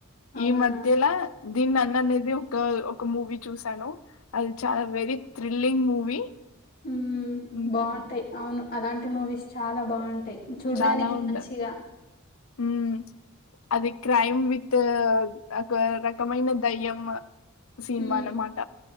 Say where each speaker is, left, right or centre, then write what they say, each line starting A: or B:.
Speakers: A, on the left; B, on the left.
A: అవునా
B: ఈ మధ్యల దీ నన్ అనేది ఒక ఒక మూవీ చూశాను అది చాలా వెరీ థ్రిల్లింగ్ మూవీ
A: ఉ
B: హ్మ్.
A: బావుంటాయి అవును అలాంటి మూవీస్ చాలా బాగు అంటయి చూడ్డానికి
B: చాలా ఉంట
A: మంచిగా <inaudible>
B: హ్మ్. అది క్రైమ్ విత్ ఒక రకమైన దయ్యం సినిమా
A: ఉ
B: అన్నమాట.